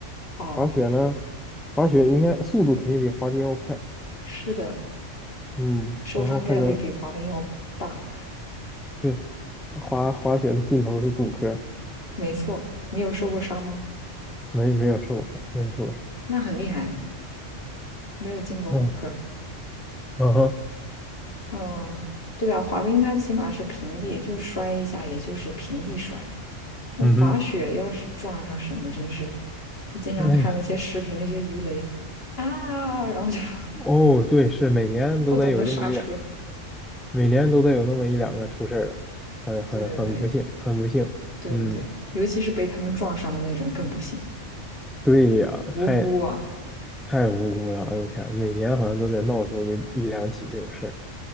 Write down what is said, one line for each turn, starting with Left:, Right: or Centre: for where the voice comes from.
Left: 哦，
Centre: 滑雪呢，滑雪应该速度肯定比滑冰要快，
Left: 是的，
Centre: 嗯，
Left: 受伤概率比滑冰要大。
Centre: 然后还能是滑滑雪的尽头是骨科，
Left: 没错，你有受过伤吗？
Centre: 没没有受伤，没有受伤，
Left: 那很厉害，没有进过骨科。
Centre: 嗯嗯哼
Left: 嗯，对啊，滑冰它起码是平地，就摔一下，也就是平地摔。那滑雪要是撞上什么，
Centre: 嗯哼，
Left: 真是，我经常看那些视频，
Centre: 哎呀，
Left: 那些鱼雷啊，然后就 <laughs>
Centre: 哦对，是每年都得有那么一两，
Left: 不懂得刹车。
Centre: 每年都得有那么一两个出事儿的，很很很不幸，
Left: 对对
Centre: 很不幸，
Left: 对对对对，
Centre: 嗯，
Left: 尤其是被他们撞上的那种更不行，
Centre: 对呀，
Left: 无辜啊。
Centre: 太太无辜了，哎呦天，每年好像都得闹出个一两起这种事儿，